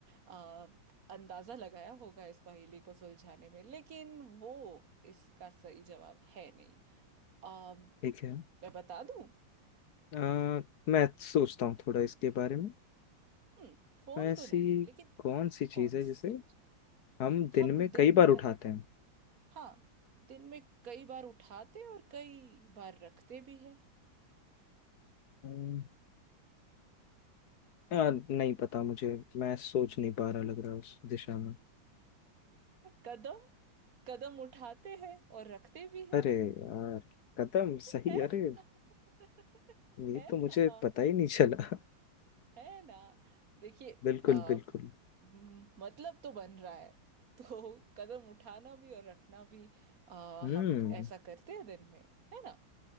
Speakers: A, on the right (about 50°); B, on the left (about 60°).
A: आ, अंदाजा लगाया होगा इस पहेली को सुलझाने में लेकिन वो इसका सही जवाब है नहीं आ,
B: है
A: मैं बता दूं
B: आ, मैं सोचता हूँ थोड़ा इसके बारे में
A: हम्म फोन
B: ऐसी
A: तो नहीं है लेकिन
B: कौन सी
A: कौन
B: चीज़ है
A: स-
B: जिसे हम दिन
A: हम
B: में कई
A: दिन
B: बार
A: भर
B: उठाते हैं
A: हाँ दिन में कई बार उठाते और कई बार रखते भी है
B: अम्म, आ, नहीं पता मुझे मैं सोच नहीं पा रहा लग रहा उस दिशा में
A: कदम कदम उठाते हैं और रखते भी हैं
B: अरे यार कदम सही
A: है
B: अरे
A: ना <laughs>
B: ये
A: है
B: तो मुझे
A: ना
B: पता ही नहीं चला
A: है ना देखिए
B: <laughs> बिल्कुल
A: आ,
B: बिल्कुल
A: म- मतलब तो बन रहा है तो कदम उठाना भी और रखना भी आ,
B: हम्म
A: हम ऐसा करते हैं दिन में है ना